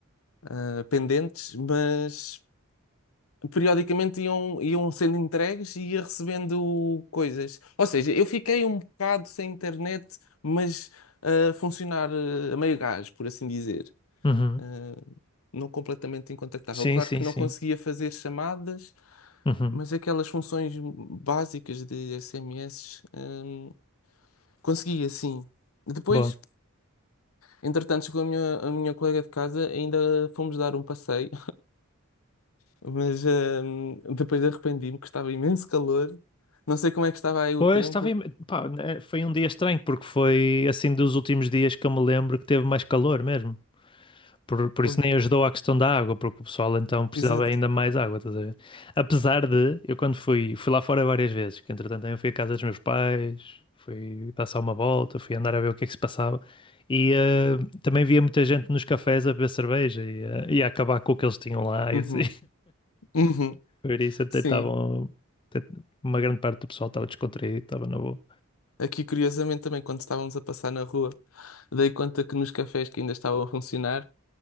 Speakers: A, on the left (about 70°); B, on the left (about 25°).
A: eh, pendentes, mas periodicamente iam, iam sendo entregues e ia recebendo coisas. Ou seja, eu fiquei um bocado sem internet, mas a funcionar eh, a meio gás, por assim dizer.
B: Uhum.
A: Eh, não completamente incontactável.
B: Sim,
A: Claro
B: sim,
A: que
B: sim.
A: não conseguia fazer chamadas,
B: Uhum.
A: mas aquelas funções básicas de SMS, eh, conseguia sim. Depois,
B: Bom.
A: entretanto, chegou a minha, a minha colega de casa, ainda fomos dar um passeio Mas hum, depois arrependi-me que estava imenso calor. Não sei como é que estava aí o
B: Pois,
A: tempo.
B: estava... em- Pá, né, foi um dia estranho, porque foi assim dos últimos dias que eu me lembro que teve mais calor mesmo. Por, por
A: Foi.
B: isso nem ajudou à questão da água, porque o pessoal então precisava
A: Exato.
B: ainda mais água, estás a ver? Apesar de, eu quando fui, fui lá fora várias vezes, que entretanto eu fui à casa dos meus pais, fui dar só uma volta, fui andar a ver o que é que se passava. E eh, também via muita gente nos cafés a beber cerveja e, a- e a acabar com o que eles tinham lá
A: Uhum.
B: e assim.
A: Uhum.
B: Por isso até
A: Sim.
B: estavam. até Uma grande parte do pessoal estava descontraído, estava na boa.
A: Aqui, curiosamente, também, quando estávamos a passar na rua, dei conta que nos cafés que ainda estavam a funcionar,